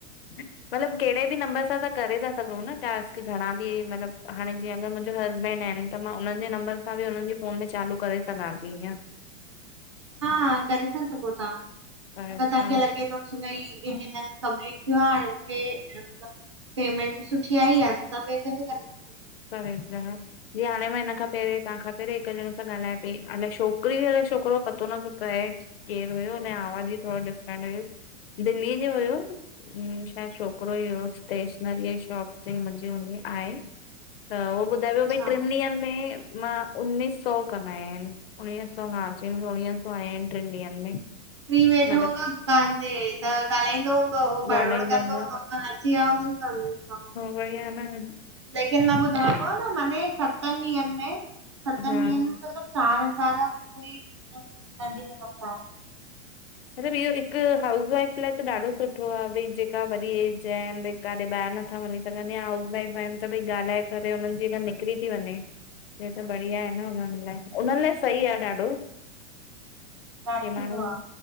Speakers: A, on the left; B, on the right.
A: मतलबु कहिड़े बि नंबर सां तां करे था सघूं न टास्क घणा बि मतलब हाणे जीअं अगरि मुंहिंजो हसबैंड आहिनि त मां हुननि जे नम्बर सां बि हुननि जी फोन में चालू करे सघां थी हीअं।
B: हा करे सघो था
A: पर
B: अगि तव्हांखेे
A: तव्हां
B: लगे तो भई कमपलीट थियो आ हाणे मूंखे मतलब पेमेंट बि सुठी आई आ। हिक बे ते बि करे था सघो।
A: <unintelligible> जी हाणे मां हिन खां पहिरियों तव्हां खां जी हाणे मां हिन खां पहिरीं तां खां पहिरी हिक ॼणे सां ॻाल्हायां पई अलाए छोकिरी हुई अलाए छोकिरो पतो न पियो पए। केर हुयो हुन आवाज ई थोरो डिफरेंट हुयो दिल्लीअ जो हुयो। हूं छाए छोकिरो ई हो स्टेशनरीअ जी शॉप ते मुंहिंजी हूं आहे त उहो ॿुधायो
B: अच्छा
A: भई ट्रिनि ॾींहंनि में मां उणवीह सौ कमाया आहिन उणिवीह सौ हा चईं मू उणिवीह सौ आया आहिनि ट्रिनि ॾींहंनि में।
B: फिरी वेठो
A: मतिलबु
B: हूंदो दुकान ते त ॻालाईंदो हूंदो हो बरबड़
A: ॻाल्हाईंदो
B: कंदो
A: न
B: हूंदो हु <unintelligible>
A: वई आ न अ
B: लेकिन मां ॿुधायोमाव न माने सत ॾींहंनि में सतनि
A: हा
B: ॾींहंनि में मतलब चार हज़ार कोई त नंढी रकम काने।
A: मतिलबु इहो हिकु हाउस वाइफ लाइ त ॾाढो सुठो आ भई जेका वडी एज आहिनि। काडे ॿाहिर नथा वञी सघनि या हाउस वाईफ इन भई ॻाल्हाए करे हुननि जी अगरि निकिरी थी वञे। हे त बढ़िया आहे न हुननि लाइ हुननि लाइ सही आहे ॾाढो।
B: हा सुठो
A: की माण्हू
B: आ।